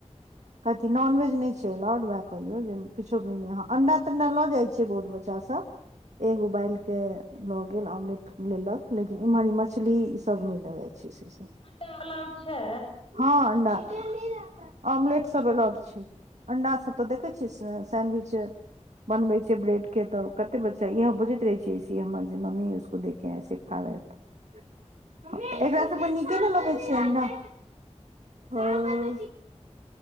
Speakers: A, on the right; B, on the left.
A: <inaudible> कथी नॉनवेज नै छै एलाउड वैह कहलियौ जे किछो भी <unintelligible> अंडा तंडा ल जाइ छै बहुत बच्चा सब। <inaudible> एग उबालिके ल गेल, ऑमलेट लेलक लेकिन इमहर ई मछली ई सब नै ल जाइ छै से सब‌।
B: अंडा अलाउड छै?
A: हँ अंडा, <unintelligible> ऑमलेट सब एलाउड छै। अंडा सब त देखै छियै सैंनविच, बनवे छै ब्रेड के त कते बच्चा इहै बुझैत रहे छै स जे मम्मी उसको दे, <unintelligible> एकरा सबके नीके ने लगै छियै अंडा। होँ